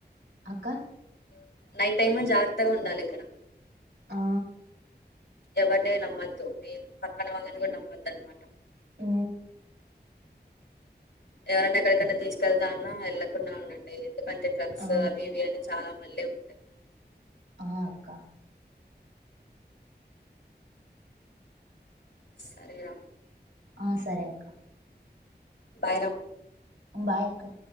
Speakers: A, on the right; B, on the left.
A: అక్క
B: నైట్ టైమ్ జాగ్రత్తగా ఉండాలె ఇక్కడ
A: ఆ
B: ఎవరిని నమ్మద్దు మి పక్కన వాళ్ళని కూడా నమ్మొద్దు అనమాట
A: ఊ
B: ఎవరైన్నా ఎక్కడికన్నానా తీసుకెళ్తా అన్నా వెళ్లక్ కుండా ఉండండి ఎందుకంటే డ్రగ్స్
A: ఆ
B: అవి ఇవి అని చాలా మళ్ళీ ఉంటాయి
A: ఆ అక్క
B: సరేరా
A: ఆ సరే అక్క
B: బాయ్ రా
A: ఉమ్ బాయ్ అక్క